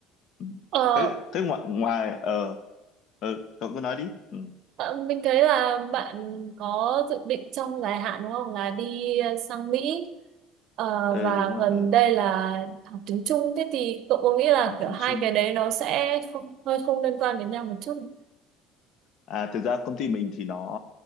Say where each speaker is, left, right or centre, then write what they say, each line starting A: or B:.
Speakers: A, on the left; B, on the right.
A: Ừ.
B: Ờ,
A: thế thế ngoài ngoài ờ ờ, cậu cứ nói đi ừ,
B: Ờ, Mình thấy là bạn có dự định trong dài hạn đúng không là đi ờ, sang Mỹ Ờ,
A: Ờ,
B: và
A: đúng rồi
B: gần
A: ờ,
B: đây là học tiếng Trung thế thì cậu có nghĩ là
A: học
B: kiểu
A: tiếng
B: hai
A: Trung
B: cái đấy nó sẽ không, hơi không liên quan đến nhau một chút không?
A: À, thực ra công ty mình thì nó